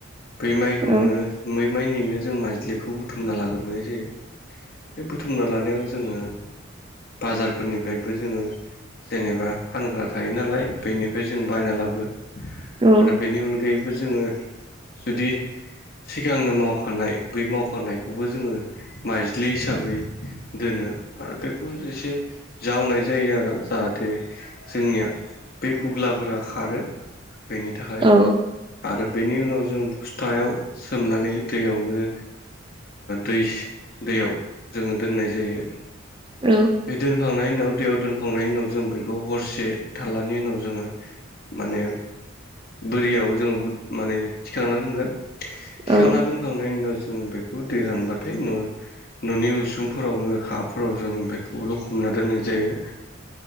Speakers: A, on the left; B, on the right.
A: बै माइखौनो
B: औ
A: मै माइनिनो जों माजज्लिखौ बुथुमना लाग्रोनाय जायो। बे बुथुमना लानायाव जोङो बाजारफोरनिफ्रायबो जोङो। जेनेबा फानग्रा थायो नालाय बेनिफ्राय जों बायना लाबो
B: औ
A: आरो बेनि अनगायैबो जोङो जुदि सिगांनो मावखानाय बै मावखानायखौबो जोङो माइज्लि हिसाबै दोनो आरो बेखौ एसे जावनाय जायो आरो जाहाथे जोंनिया बे गुग्लाफोरा खारो बेनि थाखाय
B: औ
A: आरो बेनि उनाव जों बस्थायाव सोमनानै दैयावनो दै दैयाव जोङो दोननाय जायो
B: औ
A: बे दोनखांनायनि उनाव दैयाव दोनखांनायनि उनाव जों बेखौ हरसे थालानि उनाव जोङो माने बोरियाव जोङो माने थिखांना दोनगोन थिखांना
B: औ
A: दोनखांनायनि उनाव जों बेखौ दै रानबाथाय न'नि उसुंफोरावनो हाफोराव जों बेखौ लखबना दोननाय जायो